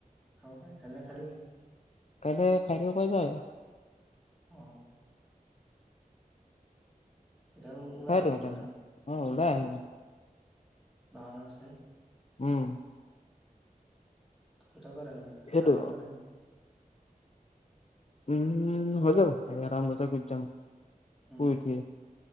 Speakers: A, in the centre; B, on the left.
A: খাব পৰি কাইলে খাই দিও নি?
B: কাইলে খাই দিব পৰা যায়।
A: অ'। তেতিয়া হলে ওলাই
B: খাই
A: আহিবি
B: দিওঁ তেনে
A: খাম।
B: অ
A: উম
B: ওলাই
A: কাইলে
B: আহিম
A: খাই দিম। বাহন আছেই
B: উম,
A: কেইটা বজাত আহিবি?
B: সেইটো
A: এঘাৰটা মান বজাত আহিবি।
B: উম, হৈ যাব এঘাৰটা মান বজাত গুচি যাম।
A: উম,
B: শুই উঠি